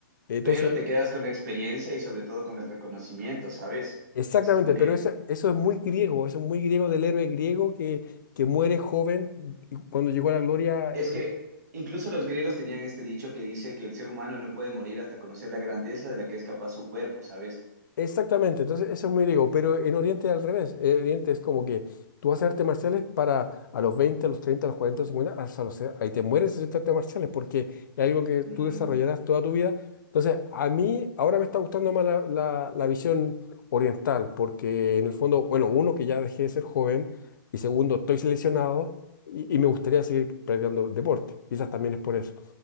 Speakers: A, on the left (about 60°); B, on the right (about 45°).
A: Entonces,
B: pero te quedas con la experiencia y sobre todo con el reconocimiento, ¿sabes?
A: Exactamente,
B: Es como que,
A: pero eso, eso es muy griego, eso es muy griego del héroe griego que, que muere joven y cuando llegó a la gloria.
B: es que incluso los griegos tenían este dicho que dice que el ser humano no puede morir hasta conocer la grandeza de la que es capaz su cuerpo, ¿sabes?
A: Exactamente, entonces eso es muy griego, pero en Oriente es al revés. En Oriente es como que tú haces artes marciales para a los 20, a los 30, a los 40, a los 50, hasta los, se- ahí te mueres haciendo artes marciales porque es algo que tú
B: Mm,
A: desarrollarás toda tu vida. Entonces, a mí ahora me está gustando más la, la- la visión oriental porque en el fondo, bueno, uno que ya dejé de ser joven y segundo, estoy seleccionado y, y me gustaría seguir practicando deporte. Quizás también es por eso.